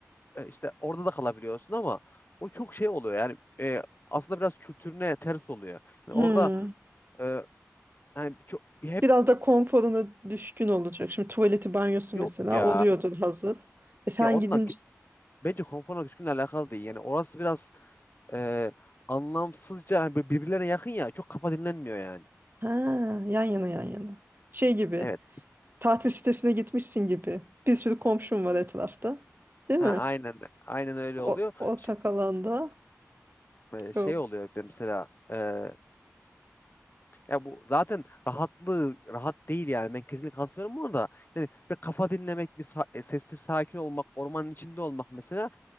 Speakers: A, on the left; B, on the right.
A: e, işte orada da kalabiliyorsun ama o çok şey oluyor. Yani e, aslında biraz kültürüne ters oluyor. Yani
B: Hmm.
A: orada e, hani çok hep
B: Biraz da konforuna düşkün olacak. Şimdi tuvaleti banyosu
A: yok
B: mesela
A: ya.
B: oluyordur hazır. E sen
A: Ya onunla
B: gidince
A: bence konforuna düşkünle alakalı değil. Yani orası biraz e, anlamsızca hani böyle birbirlerine yakın ya çok kafa dinlenmiyor yani.
B: ha yan yana yan yana. Şey gibi
A: Evet.
B: tatil sitesine gitmişsin gibi. Bir sürü komşum var etrafta. Değil
A: Ha,
B: mi?
A: aynen aynen öyle oluyor.
B: O, ortak
A: Ş-
B: alanda
A: e, şey
B: yok.
A: oluyor bir de mesela e, ya bu zaten rahatlığı rahat değil yani ben kesinlikle katılıyorum buna da yani bir kafa dinlemek bir sa- e, sessiz sakin olmak ormanın içinde olmak mesela